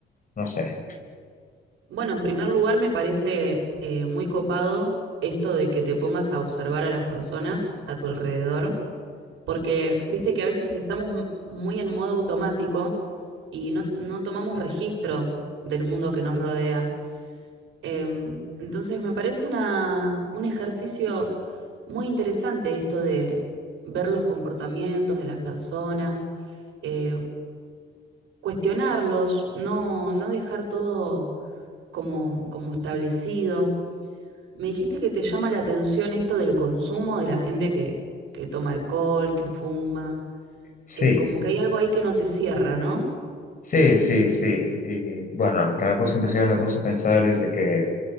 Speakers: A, on the left (about 45°); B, on the right (about 80°).
A: no sé.
B: bueno, en primer lugar me parece eh, muy copado esto de que te pongas a observar a las personas a tu alrededor, porque viste que a veces estamos m- muy en modo automático y no, no tomamos registro del mundo que nos rodea. Em, entonces me parece una, un ejercicio muy interesante esto de ver los comportamientos de las personas, eh, cuestionarlos, no, no dejar todo como, como establecido. Me dijiste que te llama la atención esto del consumo de la gente que, que toma alcohol, que fuma,
A: Sí,
B: eh, como que hay algo ahí que no te cierra, ¿no?
A: sí, sí, sí. Y bueno, lo que me puse a investigar, me puse a pensar es de que